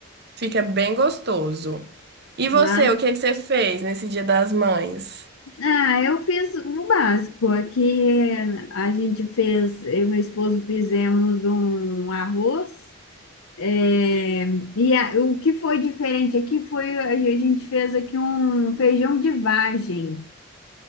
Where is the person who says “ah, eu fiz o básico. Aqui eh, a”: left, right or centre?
Left